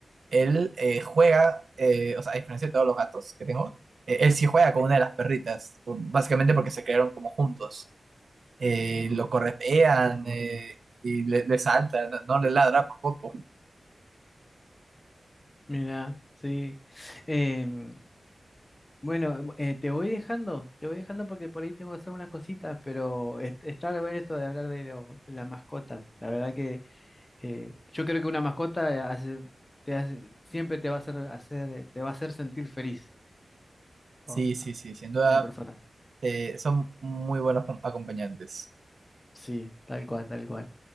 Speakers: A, on the right; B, on the left.
A: Él eh, juega, eh, o sea, a diferencia de todos los gatos que tengo, eh, él sí juega con una de las perritas, básicamente porque se crearon como juntos. Eh, lo corretean eh, y le, le saltan, no no le ladra por poco.
B: Mira, sí. Em, bueno, eh, te voy dejando, te voy dejando porque por ahí tengo que hacer unas cositas, pero es- está bueno esto de hablar de, lo- de las mascotas. La verdad que eh, yo creo que una mascota hace- te hace- siempre te va a hacer, hacer, eh, te va a hacer sentir feliz
A: Sí,
B: o
A: sí,
B: a
A: sí, sin duda
B: a una persona.
A: eh, son muy buenos com- acompañantes.
B: Sí, tal cual, tal cual.